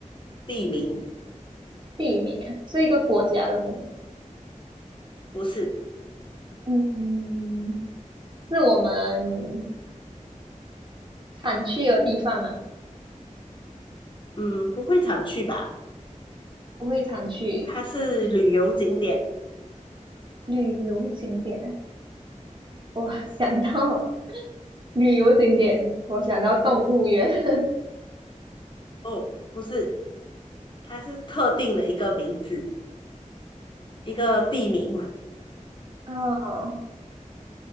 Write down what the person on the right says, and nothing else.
地名啊，是一个国家的名，
嗯，是我们常去的地方嘛？
不会常去
旅游景点啊。我想到旅游景点，我想到动物园。
<laughs> 哦，